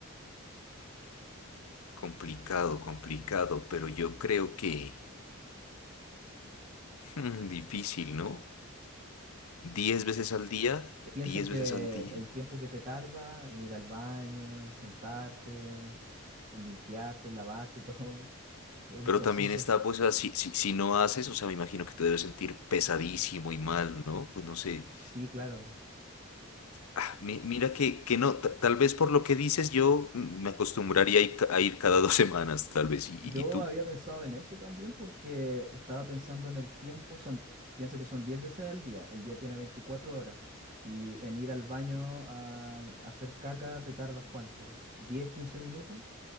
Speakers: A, on the left (about 85°); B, on the right (about 35°).
A: Complicado, complicado, pero yo creo que... Mm, difícil, ¿no? Diez veces al día,
B: Eh, Piensa
A: diez
B: en que
A: veces al día.
B: el tiempo que te tarda en ir al baño, en sentarte, en limpiarte, en lavarte, <laughs> todo, es un
A: Pero
B: proceso.
A: también está,
B: <laughs>
A: pues, así, si, si si no haces, o sea, me imagino que te debes sentir pesadísimo y mal, ¿no? Pues no sé.
B: Sí, claro.
A: Ah, mi- mira que, que no, ta- tal vez por lo que dices, yo mm, me acostumbraría a ir, ca- a ir cada <laughs> dos semanas, tal vez. ¿Y,
B: Yo
A: y- y tú?
B: había pensado en eso también porque estaba pensando en el tiempo, son, piensa que son 10 veces al día, el día tiene 24 horas y en ir al baño a, a hacer caca te tardas cuánto, 10 15 minutos,